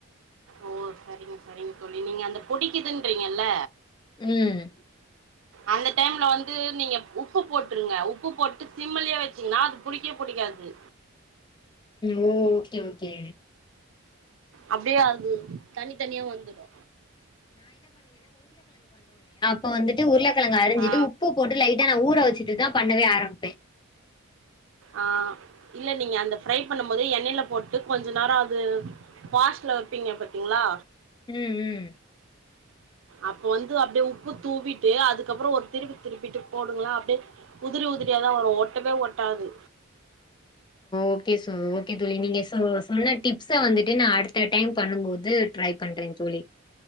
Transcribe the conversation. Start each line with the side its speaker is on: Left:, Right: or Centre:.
Right: ஓ சரிங்க சரிங்க தோழி நீங்க அந்த பொடிக்கிதுன்றீங்கல்ல
Left: ம்
Right: அந்த டைம்ல வந்து நீங்க உப்பு போட்டுருங்க உப்பு போட்டு சிம்முலியே வச்சீங்கன்னா அது புடிக்கே புடிக்காது
Left: ஓ ஓகே ஓகே
Right: அப்டியே அது தனி தனியா வந்துடு
Left: இப்ப வந்துட்டு உருளக்கெலங்க அரிஞ்சிட்டு
Right: ஆ
Left: உப்பு போட்டு லைட்டா நா ஊற வச்சுட்டு தான் பண்ணவே ஆரம்ப்பேன்
Right: ஆஹ் இல்ல நீங்க அந்த ஃப்ரை பண்ணும் போது எண்ணெய்ல போட்டு கொஞ்ச நேரொ அது பாஸ்ட்ல வெப்பீங்க பாத்திங்ளா
Left: ம் ம்
Right: அப்ப வந்து அப்டே உப்பு தூவிட்டு அதுக்கப்புறோ ஒரு திருப்பி திருப்பிட்டு போடுங்ளா அப்டே உதிரி உதிரியாதான் வரு ஒட்டவே ஒட்டாது
Left: ஓகே ஓகே தோழி நீங்க சொன்ன டிப்ஸ வந்துட்டு நா அடுத்த டைம் பண்ணும்போது ட்ரை பண்றேன் தோழி